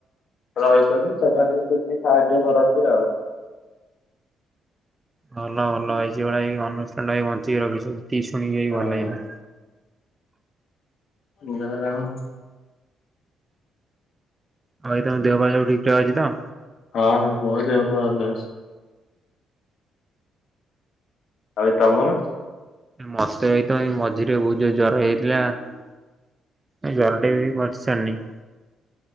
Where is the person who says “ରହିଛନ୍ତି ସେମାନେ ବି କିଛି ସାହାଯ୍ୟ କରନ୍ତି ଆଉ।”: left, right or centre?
Left